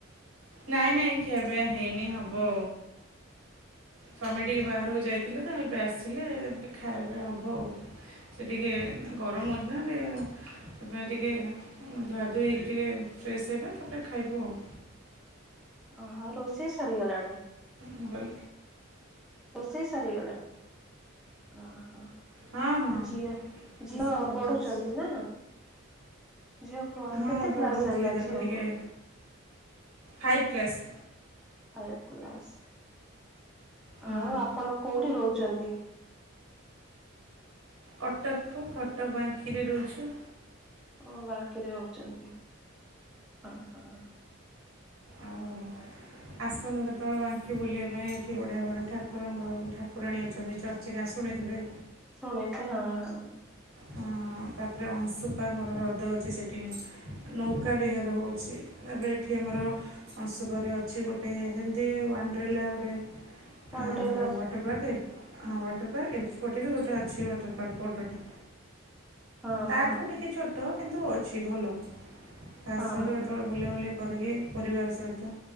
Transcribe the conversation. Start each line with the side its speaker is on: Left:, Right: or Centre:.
Right: ନାଇଁ ନାଇଁ ଖିଆପିଆ ହେଇନି ହବ। ସ୍ୱାମୀ ଟିକେ ବାହାରକୁ ଯାଇଥିଲେ ତ ଏବେ ଆସିଲେ ଖାଇବା ହବ ଆଉ। ସେ ଟିକେ ଗରମ ହଉଛି ନା ଟିକେ ସେଥିପାଇଁ ଟିକେ ଧୁଆଧୁଇ ହେଇକି ଟିକେ ଫ୍ରେସ୍ ହେବେ ତାପରେ ଖାଇବୁ ଆଉ।
Centre: ଓ ହୋ ରୋଷେଇ ସରିଗଲାଣି?
Right: ମୁଗଲ
Centre: ରୋଷେଇ ସରିଗଲାଣି?
Right: ହଁ ହଁ
Centre: ଝିଅ
Right: ରୋଷେଇ
Centre: ଝିଅ
Right: ସରିଯାଇଛି।
Centre: ପଢୁଛନ୍ତି ନା? ଝିଅ କ
Right: ହଁ
Centre: କେତେ
Right: ପଢ଼ଉଥିଲି
Centre: କ୍ଲାସ୍ ହେଲା
Right: ତାକୁ
Centre: ଝିଅଙ୍କୁ?
Right: ଟିକେ ଫାଇଭ୍ କ୍ଲାସ୍।
Centre: Five class.
Right: ହଁ।
Centre: ଆଉ ଆପଣ କୋଉଠି ରହୁଛନ୍ତି?
Right: କଟକ କୁ କଟକ ବାଙ୍କିରେ ରହୁଛୁ।
Centre: ହଁ ବାଙ୍କିରେ ରହୁଛନ୍ତି ହଁ ହଁ।
Right: ଆଉ ଆସନ୍ତୁ କେତେବେଳେ ବାଙ୍କି ବୁଲିବା ପାଇଁ ଏଠି ବଢିଆ ବଢ଼ ଠାକୁରଙ୍କ ଠାକୁରାଣୀ ଅଛନ୍ତି ଚ <inaudible> ଶୁଣିଥିବେ?
Centre: ଶୁଣଛି ହଁ ହଁ।
Right: ହଁ। ତାପରେ ଅଂଶୁପା ଆମର ହ୍ରଦ ଅଛି ସେଠିି ନୌକା ବିହାର ହେଉଛି ତାପରେ ଏଠି ଆମର ଅଂଶୁପା ରେ ଅଛି ଗୋଟେ ଯେମିତି ୱାଣ୍ଡ୍ରେଲା ଗୋଟେ।
Centre: କଣ
Right: ଆମର
Centre: ଟେଲର
Right: ୱାଟର ପାର୍କ୍ ହଁ ୱାଟର୍ ପାର୍କ ଏପଟେ ବି ଗୋଟେ ଅଛି ୱାଟର ପାର୍କ ବଡଟେ।
Centre: ହଁ
Right: ତାଠୁ
Centre: ହଁ
Right: ଟିକେ ଛୋଟ କିନ୍ତୁ ଅଛି ଭଲ ତ ଆସନ୍ତୁ
Centre: ହଁ
Right: କେତେବେଳେ ବୁଲାବୁଲି କରିକି ପରିବାର ସହିତ।